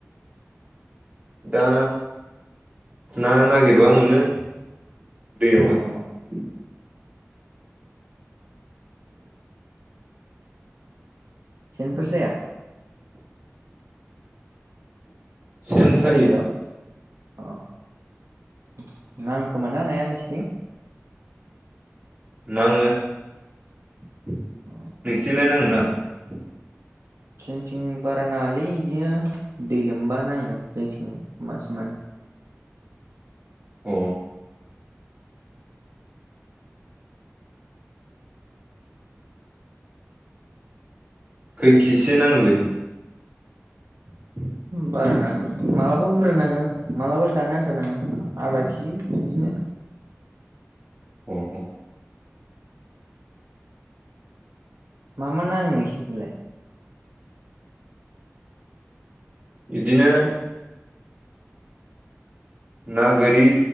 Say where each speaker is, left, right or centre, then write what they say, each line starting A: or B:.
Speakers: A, on the right; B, on the right.
A: दा ना नागिरबा मोनो दैैयावहाय
B: अ सेनफोर साया?
A: सेन सायो
B: हेल' अ नांङोखोमा ना नाया नोंसिनिथिं?
A: नांङो नोंसिनिथिंलाय
B: अ
A: नांङोना नांङा?
B: जोंनिथिं बारा नांङालै इदिनो दै लोमबा नांङो जोंथिं मासमोन
A: अ खैखिजिसो नांङोबायदि? <inaudible>
B: बारानांङालै मालाबा बुरजा नांङो मालाबा जानो आन्थानांङो आदा किजि बिदिनो
A: <inaudible> औ औ
B: मा मा नांङो नोंसिनिथिंलाय?
A: इदिनो ना गोरि